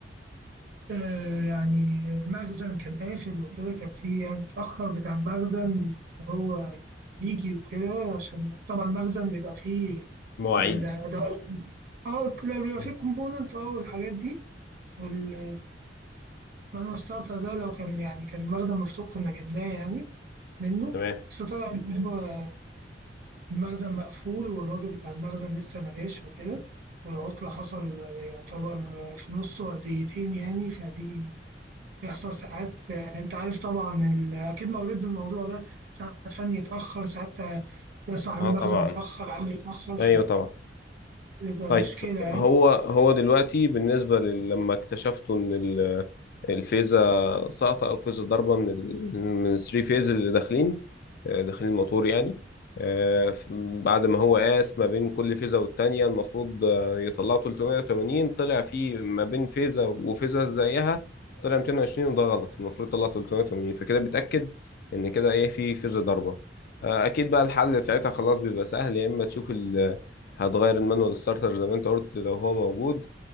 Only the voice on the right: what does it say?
آه يعني المخزن كان قافل وكده كان في يعني اتأخر بتاع المخزن إن هو يجي وكده عشان طبعا المخزن بيبقى فيه
الأداء اه لا، بيبقى
فيه كومبوننت اه والحاجات دي وال مانوال ستارتر ده لو كان يعني كان المخزن مفتوح كنا جبناه يعني منه
بس طبعا إن هو المخزن مقفول والراجل بتاع المخزن لسه ما جاش وكده والعطلة حصل يعتبر في نص ورديتين يعني فدي بيحصل ساعات آه، انت عارف طبعا ال- اكيد مريت بالموضوع ده ساعات فني يتاخر ساعات آه، صاحب
المخزن
يتاخر عمي يتاخر
فبيبقى
مشكله يعني